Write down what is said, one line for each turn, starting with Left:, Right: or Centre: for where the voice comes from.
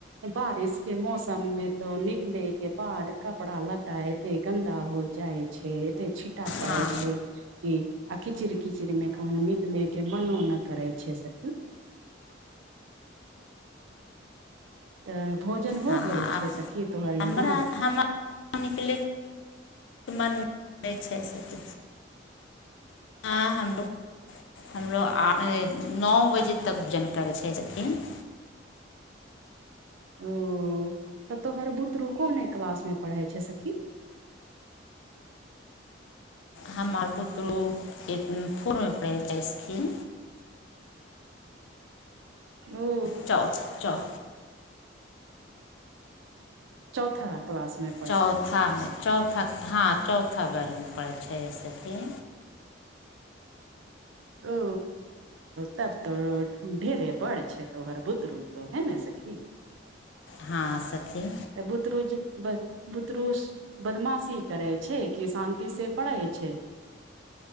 Right: बारिश के मौसम मे तो निकले के बाद कपड़ा लता एते गन्दा हो जाए छै एते छिटा पड़ै
Left: हँ
Right: छै कि आ किचिड़-किचिड़ मे कहूँ निकले के मनो न करै छै सखी तऽ भोजन हो
Left: हँ
Right: गेल छै
Left: आब
Right: सखी तोहर यहाँ
Left: हमरा हमरिक ले मनै छै से किछु <inaudible> <unintelligible> हँ हमो हमरोग <unintelligible> नओ बजे तक जानकारी छै सखी <unintelligible>
Right: ओ तऽ तोहर बुतरु कोन क्लास मे पढ़ै छै सखी
Left: हमर बुतरु ए फोर मे पढै छै सखी
Right: ह <unintelligible> <unintelligible>
Left: च च <unintelligible> <unintelligible>
Right: चौथा क्लासमे
Left: चौथामे चौथा हँ चौथा बारीमे पड़ै छै सखी
Right: ओ तब तो ढेरे बड़ छै तोहर बुतरू तो है ने सखी
Left: हँ सखी
Right: तऽ बुतरूज बुतरूस बदमाशी करै छै कि शान्ति से पड़ै छै